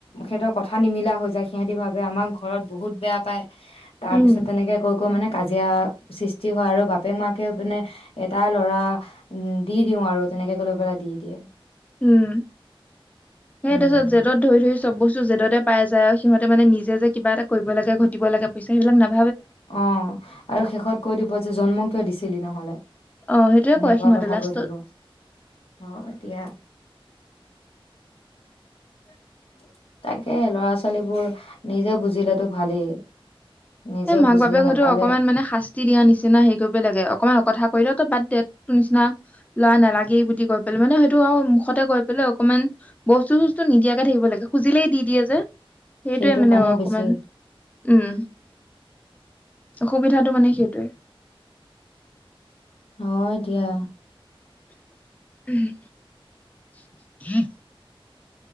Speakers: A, on the left; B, on the left.
A: সিহতৰ কথা নিমিলা হৈ যায় সিহঁতি বা আমাৰ ঘৰত বহুত বেয়া পায় তাৰ
B: উম
A: পিছত তেনেকে কৈ কৈ মানে কাজিয়া সৃষ্টি হয় আৰু বাপেক মাকে মানে এটাই লৰা দি দিওঁ আৰু তেনেকেকে লৈ পেলাই দি দিয়ে।
B: উম সেই
A: উম,
B: তাৰপিছত জেদত ধৰি ধৰি চব বস্তু যেদতে পাই যায় আৰু সিহঁতে মানে নিজে যে কিবা এটা কৰিব লাগে ঘটিব লাগে পইচা সেইবিলাক ন-
A: অ আৰু শেষত কৈ দিব যে জন্ম। তই দিছিলি নহ'লে। সেনেকুৱা
B: অ সেইটোয়ে কয় সিহঁতে
A: কথা
B: লাষ্টত
A: কৈ দিব অ এতিয়া। <inaudible> তাকে ল'ৰা ছোৱালীবোৰ নিজে বুজিলেতো ভালেই। নিজে
B: এ মাক
A: বুজি
B: বাপেক
A: নাপালে
B: হয়তো অকণমান মানে শাস্তি দিয়া নিচিনা হেৰি কৰিব লাগে ।অকমান কথা কৰিলে ত বাদ তে নিচিনা ল'ৰা নালাগেই বুলি কৈ পেলাই মানে সেইটো আৰু মুখতে কৈ পেলাই অকমান বস্তু চস্তু নিদিয়াকে থাকিব লাগে খুজিলেই দি দিয়ে যে। সেইটোয়ে
A: সেইটো
B: মানে
A: কাৰণে
B: অকমান
A: বেছি
B: উম। অসুবিধাটো মানে সেইটোৱে
A: অ এতিয়া।
B: উম <inaudible>